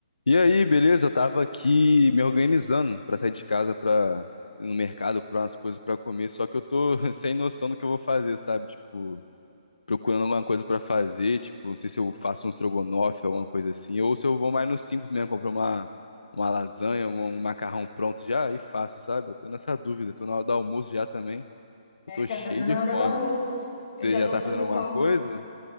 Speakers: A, on the left; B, on the left.
A: E aí, beleza? Eu tava aqui me organizando pra sair de casa pra ir no mercado comprar umas coisas pra comer, só que eu tô <laughs> sem noção do que eu vou fazer, sabe? Tipo, procurando alguma coisa pra fazer, tipo, não sei se eu faço um estrogonofe, alguma coisa assim, ou se eu vou mais no simples mesmo, comprar uma, uma lasanha, um, um macarrão pronto já e faço, sabe? Eu tô nessa dúvida, tô na hora do almoço já também. Eu
B: É,
A: tô
B: já
A: cheio
B: tá dando
A: de
B: a hora
A: fome.
B: do almoço. Eu
A: Você
B: já
A: já
B: tô
A: tá
B: com
A: fazendo
B: fome.
A: alguma coisa?